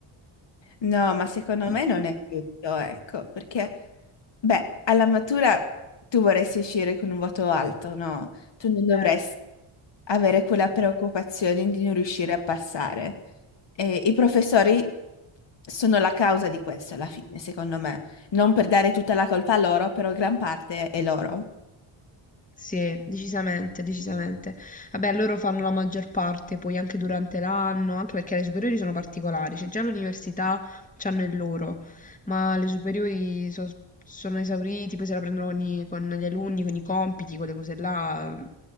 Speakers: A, on the left; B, on the left.
A: No, ma secondo
B: <clears throat>
A: me non è tutto, ecco, perché, beh, alla matura tu vorresti uscire con un voto alto, no? Tu non dovresti
B: Eh,
A: avere quella preoccupazione di non riuscire a passare. E i professori sono la causa di questo alla fine, secondo me. Non per dare tutta la colpa a loro, però gran parte è loro.
B: Sì, decisamente, decisamente. Vabbè, loro fanno la maggior parte, poi anche durante l'anno, anche perché le superiori sono particolari, cioè già l'università c'hanno il loro, ma le superiori so- sono esauriti, poi se la prendono con, i- con gli alunni, con i compiti, quelle cose là, eh,